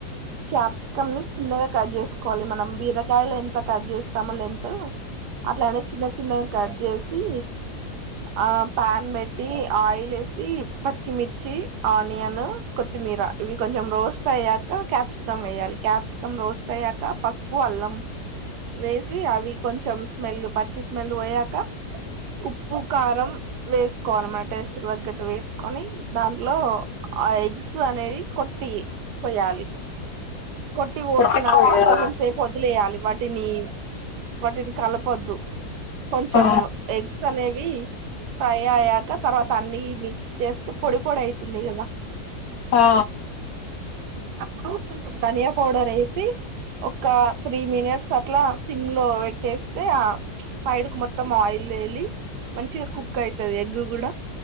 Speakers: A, on the right; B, on the left.
A: క్యాప్ ముక్కల్ని చిన్నగా కట్ చేసుకోవాలి మనం బీరకాయలు ఎంత కట్ చేస్తామో లెంగ్తు, అట్లానే చిన్న చిన్నగా కట్ చేస్ సి ఆ పాన్ పెట్టి ఆయిల్ ఏసి పచ్చిమిర్ చ్చి ఆనియన్, కొత్తిమీర ఇవి కొంచెం రోస్ట్ అయ్యాక క్యాప్సికం వేయాలి, క్యాప్సికం రోస్ట్ అయ్యాక పసుపు అల్లం వేసి సి అవి కొంచెం స్మెల్ పచ్చి స్మెల్ పోయాక, ఉప్పు కారం వేసుకోవాలి మన టేస్ట్ తగ్గట్టు వేసుకొని దాంట్లో ఆ ఎగ్స్ అనేది కొట్టి పోయాలి, కొట్టి పోసినాక
B: కొట్టిపోయా
A: కొంచెం సేపు వదిలేయాలి వాటిని వాటిని కలపొద్దు కొంచెం
B: ఆ
A: ఎగ్స్ అనేవి ఫ్రై అయ్యాక తర్వాత అన్ని మిక్స్ చేస్తే పొడి పొడి ఐతుంది కదా
B: ఆ
A: అప్పుడు కొంచెం ధనియా పౌడర్ ఏసి ఒక త్రీ మినిట్స్ అట్లా సిమ్ లో పెట్టేస్తే ఆ సైడ్ కు మొత్తం ఆయిల్ తేలి మంచిగా కుక్ అయితది. ఎగ్ కూడా